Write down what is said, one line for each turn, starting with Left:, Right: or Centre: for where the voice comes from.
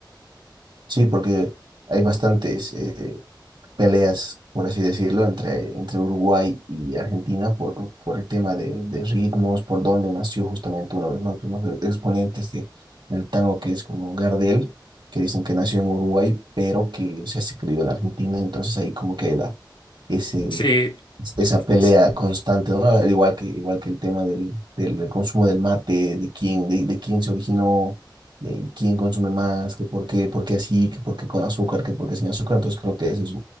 Right: Sí, porque hay bastantes eh, peleas, por así decirlo, entre, entre Uruguay y Argentina por, por el tema de, de ritmos, por donde nació justamente uno de los máximos exponentes de- del tango, que es como Gardel, que dicen que nació en Uruguay, pero que se ha escrito en Argentina, entonces ahí como que la, ese,
Left: Sí,
Right: esa pelea
Left: sí, sí,
Right: constante, ¿no? Al Igual que, igual que el tema del, del, del consumo del mate, de quién, de, de quién se originó, de quién consume más, que por qué, por qué así, que por qué con azúcar, que por qué sin azúcar. Entonces creo que eso es